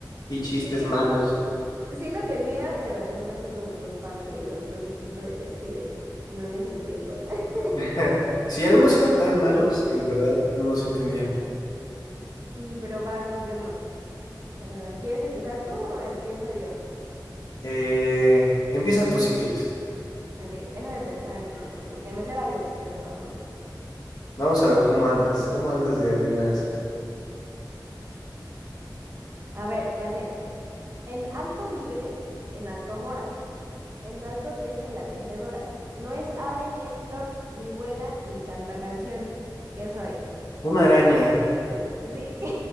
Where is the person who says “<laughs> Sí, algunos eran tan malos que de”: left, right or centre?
Left